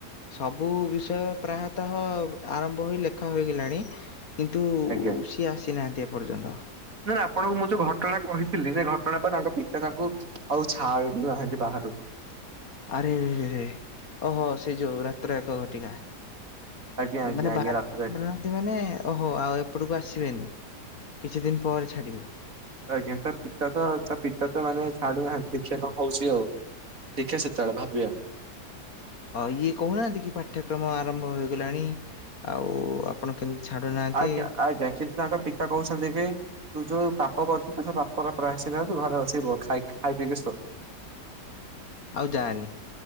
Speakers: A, on the left; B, on the right.
A: ସବୁ ବିଷୟ ପ୍ରାୟତଃ ଆରମ୍ଭ ହୋଇ ଲେଖା ହୋଇଗଲାଣି କିନ୍ତୁ
B: ଆଜ୍ଞା।
A: ସିଏ ଆସିନାହାନ୍ତି ଏପର୍ଯ୍ୟନ୍ତ।
B: ନା, ନା ଆପଣଙ୍କୁ ମୁଁ ଯୋଉ ଘଟଣା କହିଥିଲି ସେ ଘଟଣା ପାଇଁ ତାଙ୍କ ପିତା ତାଙ୍କୁ ଆଉ ଛା ଡୁ ନାହାନ୍ତି ବାହାରକୁ
A: ଆରେରେ ଓହୋ! ସେଇ ଯୋଉ ରାତ୍ର ଏକ ଘଟିକା।
B: ଆଜ୍ଞା ଆଜ୍ଞା
A: ମାନେ
B: ଆଜ୍ଞା
A: ବାହାରନ୍ତି
B: ରାତିରେ
A: ମାନେ ଓହୋ! ଆଉ ଏପଟକୁ ଆସିବେନି କିଛି ଦିନ ପରେ ଛାଡିବେ।
B: ଆଜ୍ଞା! ତା ପିତା ତ ତା ପିତା ତ ମାନେ ଛାଡୁନାହାନ୍ତି ଦେଖିବା କଣ ହଉଛି ଆଉ? ଦେଖିବା ସେତେବେଳେ ଭାବିବା।
A: ଇଏ କହୁନାହାନ୍ତି କି ପାଠ୍ୟକ୍ରମ ଆରମ୍ଭ ହୋଇଗଲାଣି ଆଉ ଆପଣ କେମିତି ଛାଡୁନାହାନ୍ତି
B: ଆଜ୍ଞା! ଆଜ୍ଞା! କିନ୍ତୁ ତାଙ୍କ ପିତା କହୁଛନ୍ତି କି ତୁ ଯୋଉ ପାପା କରୁଚୁ ପାପ ପ୍ରାୟଶ୍ଚିତ ତୁ ଘରେ ବସି ବ ଖାଇ ଖାଇ ପିଇକି ଶୋ
A: ଆଉ ଯାନି